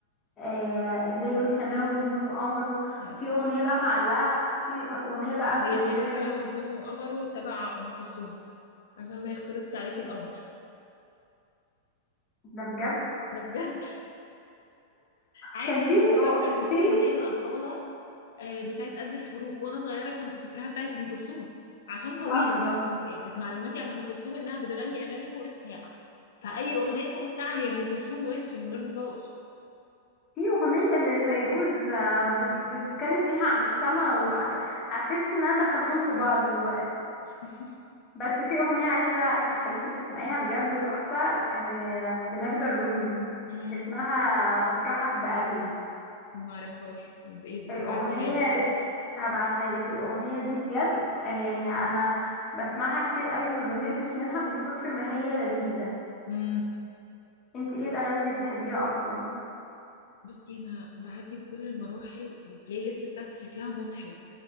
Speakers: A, on the left; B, on the left.
A: آه، الليل والسماء ونجوم وقمره
B: لا
A: في
B: طبعا
A: اغنيه بقى معلقه في اغنيه بقى
B: هي
A: انت
B: ليل
A: محتاجه
B: وسماء
A: تسمعي
B: ونجوم وقمر تبع ام كلثوم عشان ما يختلطش عليكي الامر
A: ده بجد
B: ده بجد عادي
A: كان
B: انا
A: في
B: كنت فاكره ان في
A: في
B: اغنيه لاصاله آه، بتاعت قد الحروف وانا صغيره كنت فاكراها بتاعت ام كلثوم عشان طويله
A: اصلا
B: بس يعني كانت معلوماتي عن ام كلثوم انها بتغني اغاني فوق الساعه فاي اغنيه فوق الساعه هي ام كلثوم وش من غير نقاش
A: في اغنيه لفيروز آه، بت- بتتكلم فيها عن السماء وحسيت ان انا دخلتهم في بعض دلوقتي
B: <laughs>
A: بس في اغنية عايزة اخليكي تسمعيها بجد تحفة آم، لماجدة الرومي
B: امم
A: اسمها مطرحك بقلبي
B: ما اعرفهاش بايه
A: الاغنية
B: ابعتيها لي
A: هبعتها لك الاغنية دي بجد آه، يعني انا بسمعها كتير قوي ما بملش منها من كتر ما هي لذيذة
B: امم
A: انت ايه الاغاني اللي بتحبيها اصلا
B: بصي انا بعدي بكل المراحل البلاي ليست بتاعتي شكلها مضحك